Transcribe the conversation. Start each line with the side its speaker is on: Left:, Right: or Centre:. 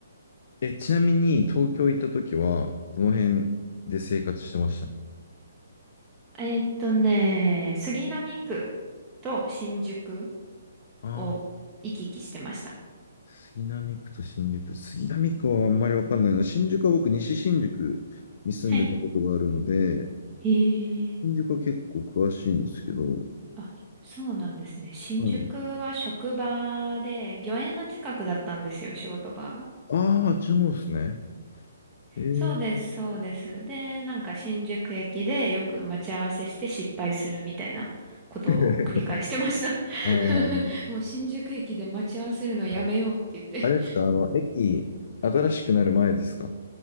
Left: え、ちなみに、東京行った時は、どの辺で生活してました
Right: えーっとね、杉並区と新宿
Left: ああー、
Right: を行き来してました。
Left: 杉並区と新宿。杉並区はあんまりわかんないな。新宿は僕、西新宿に住んでたことがあるので、
Right: はい。へえ。
Left: 新宿は結構詳しいんですけど、
Right: あ、そうなんですね。新宿は職場で、
Left: はい。
Right: 御苑の近くだったんですよ、仕事場が。
Left: ああ、っちの方ですね。えー、
Right: そうです、そうです。で、なんか新宿駅でよく待ち合わせして失敗するみたいなことを繰り返してました。
Left: <laughs> あー、
Right: <laughs> もう新宿駅で待ち合わせるのやめようって言って。
Left: はいあれですか、あの、駅、新しくなる前ですか